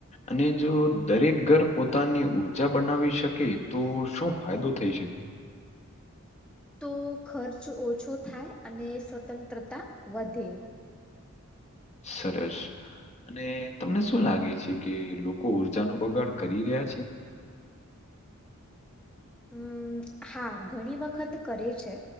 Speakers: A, on the left; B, in the centre.
A: અને જો દરેક ઘર પોતાની ઉઊર્જા બનાવી શકે તો શું ફાયદો થઈ શકે.
B: તો ખર્ચ ઓછો થાય અને સ્વતંત્રતા વધે.
A: સરરેજ. અને તમને શું લાગે છે કે લોકો ઊર્જા ન બગાડ કરી રહ્યા છે.
B: હમ હા ઘણી વખત કરે છે.